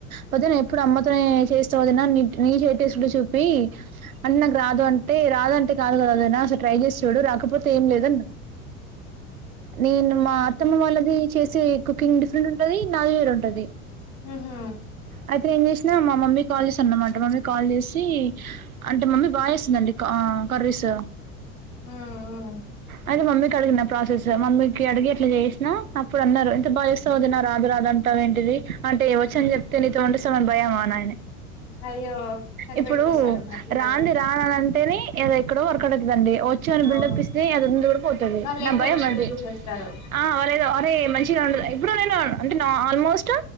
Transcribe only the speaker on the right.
పొద్దున నే ఎప్పుడు అమ్మతోనే చేస్తా వదినా నీ టెస్ట్ చూపి చూపి అన్న నాకు రాదు అంటే రాదు అంటే కాదు కదా వదిన అసలు ట్రై చేసి చూడు రాకపోతే ఏం లేదని అన్నాడు నేను మా అత్తమ్మ వాళ్ళది చేసే కుకింగ్ డిఫరెంట్ ఉంటది నాది వేరు ఉంటది
అయితే నేను ఏం చేసినా మా మమ్మీ కాల్ చేసాను అన్నమాట మమ్మీకి కాల్ చేసి అంటే మమ్మీ బాగా చేస్తుందండి కర్రీస్
అయితే మమ్మీకి అడిగిన ప్రాసెస్ మమ్మీకి అడిగి ఇట్లా చేసినా అప్పుడు అన్నారు ఎంత బాగా చేేస్తావు వదిన రాదు రాదు అంటవు అంటా ఏంటిది అంటే వచ్చని చెప్తే నీతో వండిస్తామని భయం ఆయన
ఇప్పుడు
రాంది
రానని అంటేనే ఎక్కడో వర్క వర్క అవుట్తుందండి వచ్చు అని బిల్డిప్
అది ఉంది కూడా పోతది అది
నా
భయము
అండి
ఆ అరేదు అరే మంచిగా వండు ఎప్పుడు నైనా అంటే ఆల్మోస్ట్